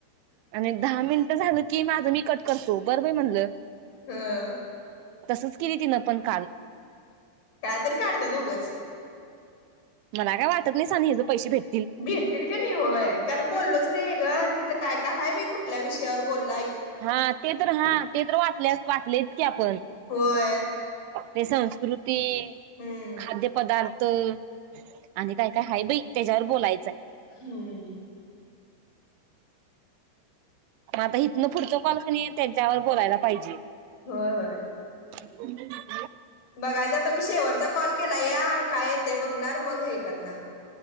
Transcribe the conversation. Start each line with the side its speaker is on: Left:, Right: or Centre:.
Right: आणि दहा मिनिट झालं की माझं मी कट करतो, बरं बाई म्हणलं.
Left: हं
Right: तसंच केली तिन पण काल
Left: काय तर काढत्या उगच
Right: मला काय वाटत नाही साने हयाचे पैसे भेटत
Left: भेटतील कणी होय कारण बोललोच नई <inaudible> तिथं काय काय हाय बाई कुठल्या विषयावर बोल
Right: हा ते तर हा ते तर वाच आपल्यात वाटलेत कि आपण
Left: होय
Right: ते संस्कृत ती
Left: हम्म
Right: खाद्यपदार्थ तर आणि काय काय हाय बाई त्याच्यावर बोलायचाय
Left: हम्म
Right: मग आता इथनं पुढचं कॉल का नै त्यांच्यावर बोलायला पाहिजे.
Left: होय होय
Right: <unintelligible>
Left: बघायचं आता मी शेेवटचा कॉल केला या काय येतयं बघणार मग हे करणार